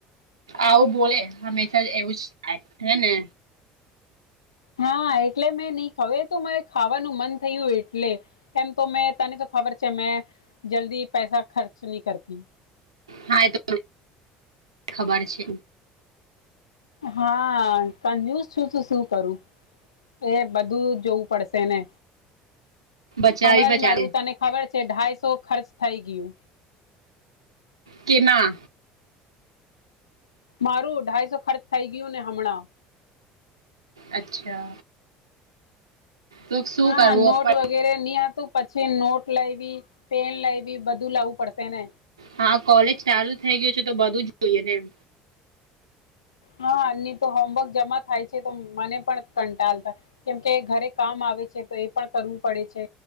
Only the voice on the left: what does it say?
હા એટલે મેં નહ ખાવ તો મારે ખાવાનું મન થયું એટલે. એમ તો મેં તની તો ખબર છે મેં જલ્દી પૈસા ખર્ચ નહી કરતી.
હા કજુસ છું તું શું કરુ. એ બધું જોવું પડશે ને
હમણાં
જ મારું તને ખબર છે ઢાઈસો ખર્ચ થઈ ગયું.
મારું અઢાઈસો ખર્ચ થઈ ગયું ને હમણા.
હા
હા નોટ
વા વગેરે ની હતું પછી નોટ લેવી પેન લેવી બધું લાવવું પડશે ને
હા તો હોમવર્ક જમા થાય છે, તો મને પણ કંટાલ થાય. કેમ કે ઘરે કામ આવે છે, તો એ પણ કરવું પડે છે.